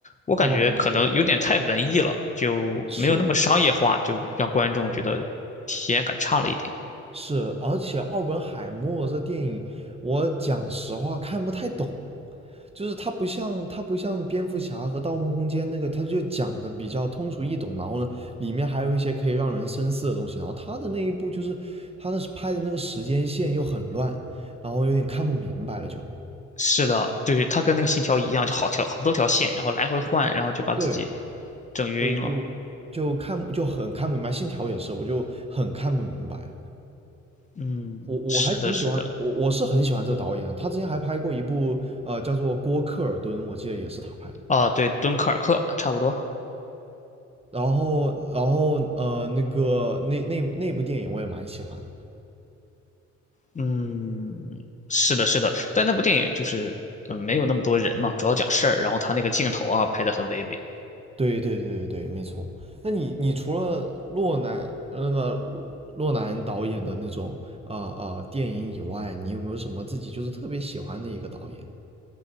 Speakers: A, on the left; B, on the right.
A: 我感觉可能有点太文艺了，
B: 奥本海默对，
A: 就没有那么商业化，
B: 是
A: 就让观众觉得体验感差了一点。
B: 是，而且奥本海默这电影，我讲实话看不太懂。就是它不像它不像蝙蝠侠和盗梦空间那个，它就讲的比较通俗易懂，然后呢，里面还有一些可以让人深思的东西。然后他的那一部就是他的拍的那个时间线又很乱，然后有点看不明白了就。
A: 是的，对，他跟那个《信条》一样，就好条好多条线，然后来回换，然后就把自己
B: 对
A: 整晕了。
B: 对，就就看就很看不明白。信条也是，我就很看不明白。
A: 嗯，
B: 我我还挺喜欢我我是很喜欢这个导演的他之前还拍过一部呃叫做《郭克尔顿》，
A: 是的，是的，
B: 我记得也是他拍的。
A: 啊，对，《敦刻尔克》差不多。
B: 然后，然后，呃，那个那那那部电影我也蛮喜欢的。
A: 嗯，是的，是的，但那部电影就是，嗯，没有那么多人嘛，主要讲事儿，然后他那个镜头啊拍的很唯美。
B: 对对对对对，没错。那你你除了洛南那个洛洛南导演的那种啊啊、呃呃、电影以外，你有没有什么自己就是特别喜欢的一个导演？